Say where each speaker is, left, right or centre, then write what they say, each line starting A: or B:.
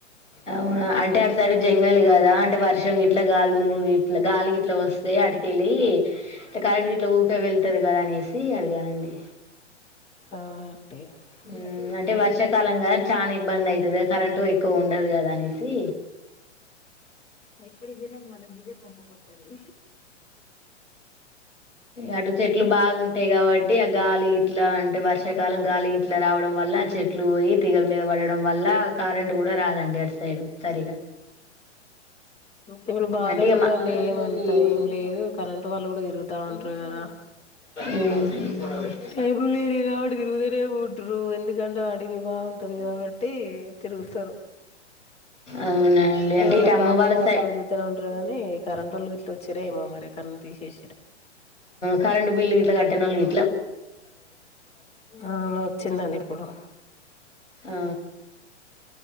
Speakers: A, on the left; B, on the left.
A: అవునా అంటే అటు సైడ్ జంగల్ కదా అంటే వర్షం గిట్లా గాలి దుమ్ముగిట్లా గాలి గిట్లా వస్తే అటుకెళ్ళి కరెంట్ గిట్లా ఊక వెళ్ పొతదిగద అనేసి అడిగానండి.
B: అవున టె
A: మ్మ్
B: ఆ
A: అంటే వర్షాకాలం
B: అక్కడకి
A: కదా చానా ఇబ్బంది అయితది కదా కరెంటు ఎక్కువ ఉండదు కదా అనేసి
B: పోయినంక మల్ల మిదె కొంపకోత్తంది.
A: అటు చెట్లు బాగుంటాయి కాబట్టి ఆ గాలి గిట్లా అంటే వర్షాకాలం గాలి గిట్లా రావడం వల్ల చెట్లు పోయి తీగల మీద పడడం వల్ల కరెంట్ కూడా రాదండి అటు సైడు సరిగా
B: ఇప్పుడు బానే
A: అంటే ఇగ
B: ఉందండి
A: మా
B: ఏమంతా ఏం
A: అంత
B: లేదు కరెంటు వాళ్ళు కూడా తిరుగుతా ఉంటారు కదా
A: ఏం లేదు
B: టైం బులురి కాబట్టి తిరుగుతనే ఉంటరు. ఎందుకంటే వాడి మీ బాగుంటది కాబట్టి తిరుగుతారు.
A: అవునండి అంటే
B: ఏదన్న
A: ఇటు అమ్మ
B: ప్రాబ్లమ్
A: వాళ్ళ
B: వస్తే
A: సై
B: తిరుగుతనే ఉంటారు కాని, కరెంట్ వొళ్ళు గిట్ల వచ్చిరేమో మరి కరెంట్ తీస్ ఇసి
A: కరంట్ బిల్ గిట్ల కట్టనోల్లుగి
B: అవును వచ్చిందండి ఇప్పుడు.
A: ఆ